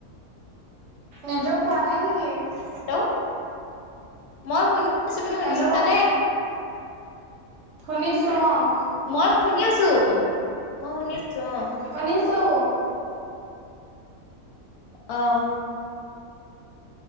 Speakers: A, on the right (about 60°); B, on the left (about 85°).
A: নেটৱৰ্ক পোৱা নাই নেকি?
B: হেল্লৌ' মই শুনি আছোঁ। তুমি শুনিছানে?
A: হেল্ল' শুনিছোঁ, অঁ।
B: মই শুনি আছোঁ, মই শুনি আছোঁ, অঁ।
A: শুনিছোঁ।
B: অঁ।